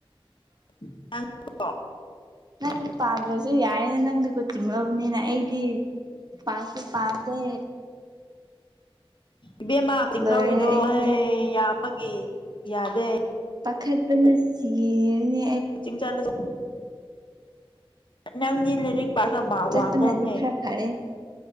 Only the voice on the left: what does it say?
<unintelligible>
ꯏꯕꯦꯝꯃ ꯆꯤꯡ
ꯂꯧꯔꯤꯗꯣ
ꯑꯦ ꯌꯥꯝꯕꯒꯤ ꯌꯥꯗꯦ
ꯀꯣꯆꯤꯡ ꯆꯠꯂꯁꯨ ꯅꯪꯒꯤ ꯂꯥꯏꯔꯤꯛ ꯄꯥꯔꯒ ꯃꯥꯛ
ꯋꯥꯡꯗꯧꯅꯦ